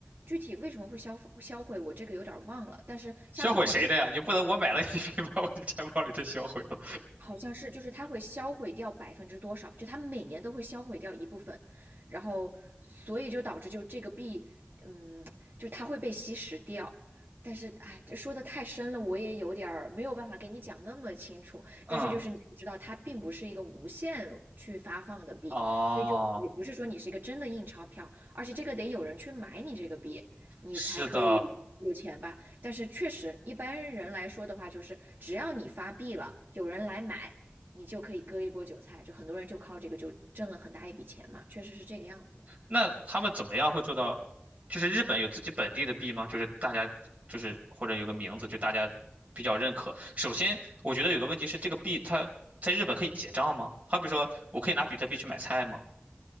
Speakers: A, on the right (about 55°); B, on the right (about 35°).
A: 具体为什么会销销毁，我这个有点儿忘了。但是像比特币
B: 销毁谁的呀？你不能我买了一批，把我的钱包里的销毁了。
A: 好像是，就是它会销毁掉百分之多少，就它每年都会销毁掉一部分，然后所以就导致就这个币，嗯，就它会被吸食掉。但是，哎，这说的太深了，我也有点儿没有办法给你讲那么清楚。
B: 嗯，
A: 但是就是你要知道，它并不是一个无限去发放的币，
B: 哦，
A: 所以就也不是说你是一个真的印钞票，而且这个得有人去买你这个币，你才可以有钱吧。
B: 是的，
A: 但是确实，一般人来说的话，就是只要你发币了，有人来买，你就可以割一波韭菜，就很多人就靠这个就挣了很大一笔钱嘛，确实是这个样子。
B: 那他们怎么样会做到？就是日本有自己本地的币吗？就是大家就是或者有个名字，就大家比较认可。首先，我觉得有个问题是，这个币它在日本可以结账吗？好比说，我可以拿比特币去买菜吗？